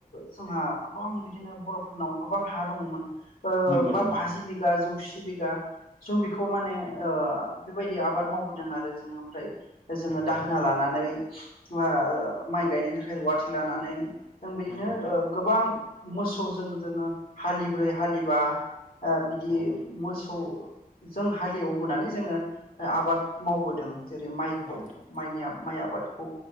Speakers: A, on the left; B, on the left.
A: जोंहा गोबां बिदिनो बरफोरनाव गोबां हा दङमोन ओ
B: नंगौ
A: बा
B: नंगौ नोंथां
A: बाजि बिघा जौसि बिघा जों बेखौ माने बेबायदि आबाद मावबोदों आरो जोङो ओमफ्राय जोङो
B: नंगौ
A: दाहोना
B: नंगौ नोंथां
A: लानानै बा माइ गायनायनि थाखाय रुवाथि लानानै जों बिदिनो
B: नंगौ
A: ओ
B: नोंथां
A: गोबां मोसौजों जोङो हालिब्रै हालिबा ओ बिदि
B: औ नोंथां
A: मोसौ जों हालेवबोनानै जोङो आबाद मावबोदों जेरै माइखौ
B: औ नोंथां
A: माइनि आ माइ आबादखौ